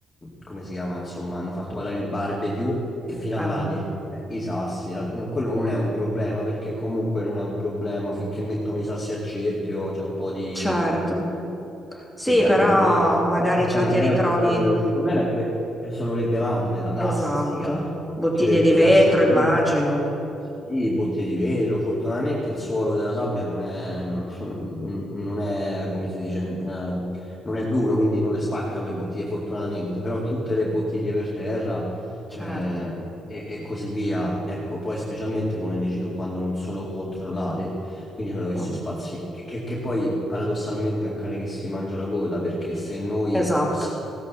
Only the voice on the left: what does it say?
come si chiama, insomma, hanno fatto magari il barbecue, e fino
a là dici, "Beh, i sassi, la- no, quello non è un problema perché comunque non è un problema finché mettono i sassi a cerchio, c'è un po' di
di carbone,
ma vabbè,
non
è un problema quello, il problema è que- è solo le bevande, la plastica,
che le, le
lasciano
lì, sì, bottiglie di vetro, fortunatamente il suolo della sabbia non è, non, <laughs> non è, come si dice, eh, non è duro, quindi non le spaccano le bottiglie fortunatamente, però tutte le bottiglie per terra
eh, e, e così via, ecco, poi specialmente come dici tu, quando non sono controllati. Quindi sono questi
spazi che, che- che poi paradossalmente è un cane che si mangia la coda perché se noi
fossi-